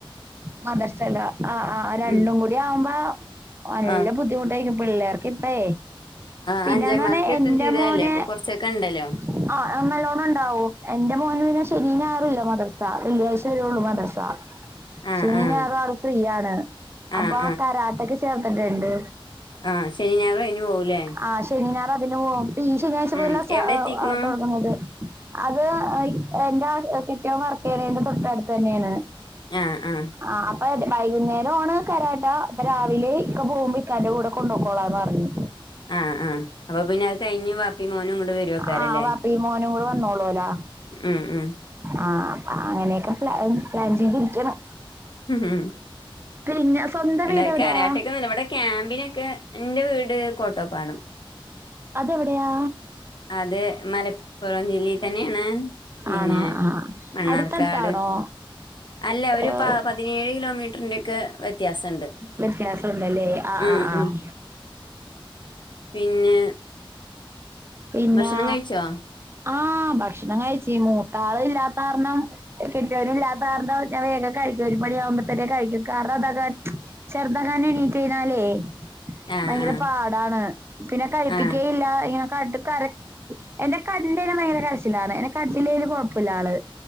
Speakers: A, on the right; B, on the left.
A: മദ്രസേല്ലാ ആ ആ രണ്ടും
B: ഉം
A: കൂടി ആവുമ്പോ നല്ല
B: ആ
A: ബുദ്ധിമുട്ടായിരിക്കും പിള്ളേർക്ക് ഇപ്പേ
B: ആ
A: പിന്നെന്നണ
B: അഞ്ചാം ക്ലാസ്ക്ക്
A: എന്റെ
B: എത്തും ചെയ്തല്ലേ
A: മോനെ
B: അപ്പൊ കൊറച്ചൊക്കെ ഉണ്ടല്ലോ
A: ആ ആ നല്ലോണ്ണം ഉണ്ടാവൂ എന്റെ മോന് പിന്നെ ശനി ഞായറൂല്ല മദ്രസ വെള്ളിയാഴ്ച വരള്ളൂ മദ്രസ
B: ആഹ്
A: ശനി
B: ആഹ്
A: ഞായറൂ ആൾ ഫ്രീയാണ് അപ്പൊ
B: ആഹ്
A: ആ കരാട്ടക്ക് ചേർത്തിട്ട്ണ്ട്
B: ആ ശനി ഞായറും അയിന് പോവുലേ
A: ആ ശനി ഞായറും അതിന് പോവും പ്പ ഈ ശനിയാഴ്ച
B: ഉം
A: മുതലാ സ്റ്റാ
B: എവിടെ എത്തിക്കണു
A: തൊടങ്ങുന്നത് അത് എന്റെ അ കെട്ടിയോൻ വർക്കെയ്യണീന്റെ തൊട്ടടുത്തന്നേന്
B: ആ ആ
A: ആഹ് അപ്പെ വൈകുന്നേരാേണ് കരാട്ട അപ്പൊ രാവിലെ ഇക്ക പോവുമ്പോ ഇക്കാന്റെ കൂടെ കൊണ്ടക്കോളാന്ന് പറഞ്ഞ്
B: ആഹ് ആഹ് അപ്പൊ പിന്നെ അഅ് കഴിഞ്ഞ് വാപ്പിം മോനും ഇങ്ങട്ട് വരാേക്കാരല്ലേ
A: ആഹ് വാപ്പയും മോനും കൂടെ വന്നോളൂലാ
B: ഉം ഉം
A: ആഹ് അ അങ്ങനെയെക്കെ പ്ലാ പ്ലാൻ ചെയ്തിരിക്ക്ണ്
B: ഉംഹ്
A: പിന്നെ സ്വന്തം
B: ഇടെകരാട്ടക്കെനിലവിടെ
A: വീട് എവിടെയാ
B: ക്യാമ്പിനെക്കെ ഇന്റെവീട് കോട്ടോപ്പടം
A: അതെവിടെയാ
B: അത് മലപ്പാെറംജില്ലീത്തന്നെണ് പിന്നെ
A: ആണോ ആഹ്
B: മണ്ണാർക്കാട്
A: അടുത്തടുത്താണോ
B: അല്ലഒരു
A: ഏഹ്
B: പാ പതി നേഴ്കിലോമീറ്ററിന്റെക്കെ വ്യത്യാസണ്ട്
A: വ്യത്യാസം ഉണ്ടല്ലേ ആഹ്
B: ഉംഉം
A: ആഹ് ആഹ്
B: പിന്നെ
A: പിന്നാ
B: ഭക്ഷണം കഴിച്ചോ
A: ആഹ് ഭക്ഷണംകഴിചീന്നു മൂത്താള്ഇല്ലാതാർണം കെട്ടിയോനുല്ലാതാർണം ഞാവേഗം കഴിക്കും ഒരുമണിയാവുമ്പത്തെക്ക് കഴിക്കും കാരണാന്താച്ചാൽ ചേർത്തെങ്ങാനും എണീറ്റെയ്ഞ്ഞാലേ
B: ആ
A: ഭയങ്കരപാടാണ്
B: ആ
A: പിന്നെ കഴിപ്പിക്കയില്ലാ
B: ആ
A: ങ്ങനെകണ്ട് കര എന്നെക്കണ്ടായിഞ്ഞാ ഭയങ്കരകരച്ചിലാണ് എന്നെകണ്ടില്ലേലും കൊഴപ്പല്ലാള്